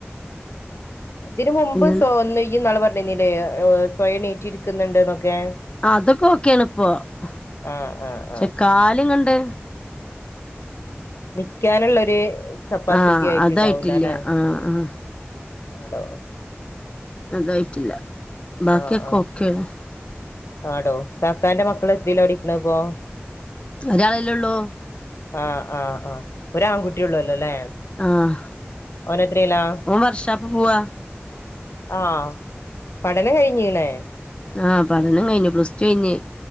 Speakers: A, on the left; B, on the left.
A: ഇതിന് മുമ്പ്
B: പിന്നെ
A: സോ ഇയ്യ് ഇന്നാള് പറഞ്ഞിരുന്നില്ലേ സ്വയം എണിറ്റ് ഇരിക്കുന്നുണ്ട് എന്നൊക്കെ
B: അതൊക്കെ ഓക്കെയാണ് ഇപ്പൊ പക്ഷെ
A: ആഹ് ആഹ് ആഹ്
B: കാലും കണ്ട്
A: നിക്കാനുള്ള നരു കപ്പാസിറ്റി
B: ആഹ്
A: ആയിട്ടുണ്ടാവൂല്ലലെ
B: അതായിട്ടില്ല
A: അല്ലേ
B: ആഹ് ആഹ്
A: ആടോ
B: അതായിട്ടില്ല ബാക്കിയൊക്കെ
A: ആഹ് ആഹ്
B: ഓക്കെയാണ്
A: ആടോ കാക്കാന്റെ മക്കൾ എത്രയ്ലാ പഠിക്ക്ണം ഇപ്പോ
B: ഒരാളല്ലേ ഉള്ളൂ
A: ആഹ് ആഹ് ആഹ് ഒരു ആൺകുട്ടിയള്ളൂലലേ
B: ആഹ്
A: ഓൻ എത്രയിലാ
B: ഓൻ വർഷാപ്പ് പോവാ
A: ആഹ് പഠനം കഴിഞ്ഞീണ്
B: ആഹ് പഠനം കഴിഞ്ഞു പ്ലസ് ടു കഴിഞ്ഞ്